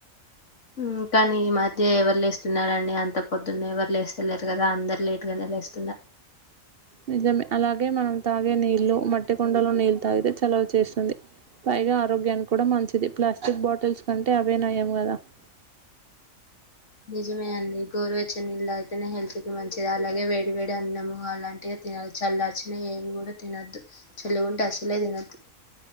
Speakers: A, on the left; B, on the right.
A: ఉమ్ కానీ ఈ మధ్య ఎవరు లేస్తున్నారండి అంత పొద్దున్నే ఎవరు లేస్తలేరు కదా అందరు లేటుగానే లేస్తు
B: నిజమే అలాగే మనం తాగే నీరు ఇళ్లు మట్టి కొండలో నీళ్ళ తాగితే చలవ చేస్తుంది పైగా ఆరోగ్యానికి కూడా మంచిది ప్లాస్ ప్లాస్టిక్ బాటిల్స్ కంటే అవే నయాం కదా <inaudible>
A: నిజమే అండి గోరువెచ్చని నీళ్ళు తాగితేనే హెల్త్ కి మంచిది అలాగే వేడివేడి అన్నము అలాంటివే తిన్నాలి చల్లార్చిన ఏవి కూడా తినొద్దు చల్లగుంటే అసలే తినొద్దు